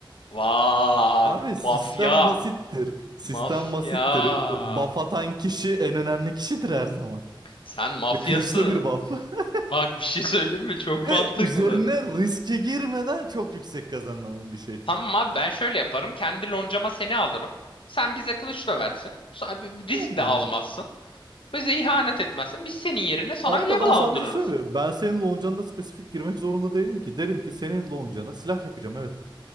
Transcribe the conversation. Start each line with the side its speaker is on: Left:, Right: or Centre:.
Left: Vay.
Right: Abi sistem
Left: Mafya.
Right: basittir. Sistem
Left: Mafya.
Right: basittir. Buff atan kişi en önemli kişidir her zaman.
Left: Sen mafyasın.
Right: Ve kılıçta bir buff. <laughs>
Left: Bak bir şey söyleyeyim mi? Çok mantıklı.
Right: Ve üzerine riske girmeden çok yüksek kazanılan bir şey.
Left: Tamam abi ben şöyle yaparım. Kendi loncama seni alırım. Sen bize kılıç döversin. Sa- bir- bir Risk
Right: On numara.
Left: de almazsın. Bize ihanet etmezsin. Biz senin yerine sana
Right: Hatta
Left: level
Right: ben
Left: aldırırız.
Right: sana bir şey söyleyeyim mi? Ben senin loncanına da spesifik girmek zorunda değilim ki. Derim ki senin loncana silah yapacağım evet.